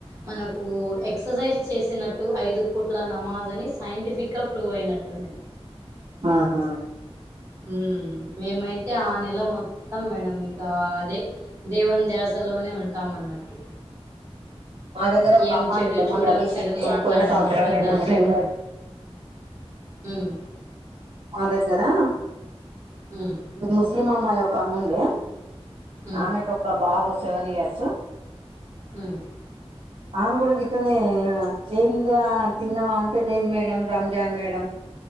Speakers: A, on the right; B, on the right.
A: మనకు ఎక్సర్సైజ్ చేసినట్టు ఐదు పూట్ల నమాజ్ అని సైంటిఫిక్ గా ప్రూవ్ అయినట్టు మే
B: ఆహా
A: ఉమ్ మేమైతే ఆ నెల మొత్తం మేడం ఇంకా అదే దేవునీ ద్యాసలోనే ఉంటామన్నట్టు
B: మా దగ్గర ఒక
A: ఏం
B: అమ్మాయి
A: చెడు
B: ఉండే
A: చూడం
B: మొన్న రీసెంట్లీ
A: చెడు మాట్లాడం
B: పోయిన సంవత్సరం
A: అబద్ధాలు
B: మేము ముస్లిం
A: చెప్పం ఉమ్
B: మా దగ్గరా
A: హ్మ్.
B: మీ ముస్లిం అమ్మాయి ఒక ఆమె ఉండే
A: హ్మ్.
B: ఆమెకు ఒక బాబు సెవెన్ ఇయర్సు
A: ఉమ్
B: ఆమె కూడా గిట్నే ఏంద తిన్నావా అంటే లేదు మేడం రంజాన్ మేడం